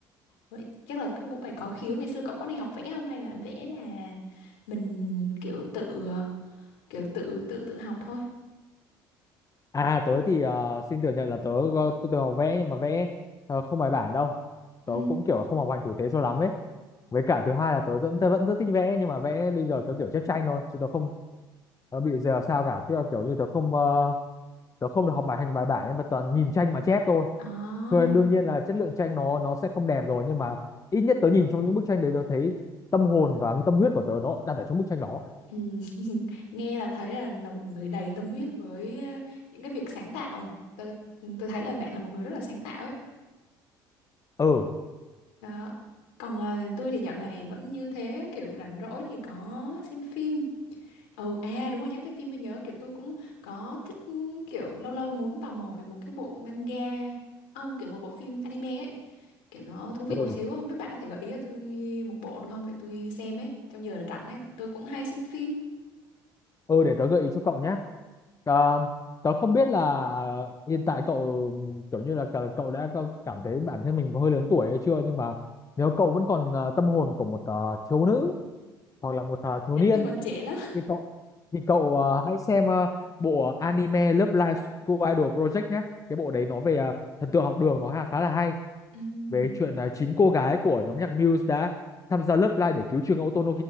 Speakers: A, on the left; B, on the left.
A: vậy chắc là cũng cũng phải có khiếu ngày xưa cậu có đi học vẽ không hay là vẽ là mình kiểu tự ờ, kiểu tự tự tự học thôi
B: À tớ thì ờ, xin thừa nhận là tớ có- tớ từng học vẽ nhưng mà vẽ ờ, không bài bản đâu.
A: Ừ.
B: Tớ cũng kiểu không học hành tử tế cho lắm ấy. Với cả thứ hai là tớ vẫn tớ vẫn rất thích vẽ nhưng mà vẽ bây giờ tớ kiểu chép tranh thôi chứ tớ không tớ bị giờ sao cả. Tức là kiểu như tớ không ờ, tớ không được học bài hành bài bản ấy mà toàn nhìn tranh mà chép thôi.
A: À.
B: Rồi đương nhiên là chất lượng tranh nó nó sẽ không đẹp rồi nhưng mà ít nhất tớ nhìn trong những bức tranh đấy tớ thấy tâm hồn và tâm huyết của tớ nó đặt ở trong bức tranh đó.
A: Ừ. <laughs> Nghe là thấy là là một người đầy tâm huyết với ờ, những cái việc sáng tạo rồi. Tôi tôi thấy là bạn là một người rất là sáng tạo ấy.
B: Ừ
A: Đó. Còn ờ, tôi thì dạo này vẫn như thế, kiểu rảnh rỗi thì có xem phim. Ừ à đúng rồi nhắc tới phim mới nhớ kiểu tôi cũng có thích ừ, kiểu lâu lâu muốn tò mò về một cái bộ manga. Không, kiểu một bộ phim anime ấy. Kiểu nó thú vị
B: ừ
A: một xíu, không biết bạn có thể gợi ý cho tôi một bộ được không để tôi xem ấy trong giờ rảnh ấy, tại tôi cũng hay xem phim.
B: ừ để tớ gợi ý cho cậu nhé. Ờ, tớ không biết là ờ, hiện tại cậu kiểu như là cờ- cậu đã có cảm thấy bản thân mình có hơi lớn tuổi hay chưa nhưng mà nếu cậu vẫn còn ờ, tâm hồn của một ờ, thiếu nữ hoặc là một ờ, thiếu niên
A: tôi còn trẻ lắm
B: thì cậu thì cậu ờ, hãy xem ờ, bộ anime Love Live School Idol Project nhé. Cái bộ đấy nó về ờ, thần tượng học đường nó ha- khá là hay
A: Ừm,
B: về chuyện ờ, chín cô gái của nhóm nhạc Muse đã tham gia Love Live để cứu trường Oto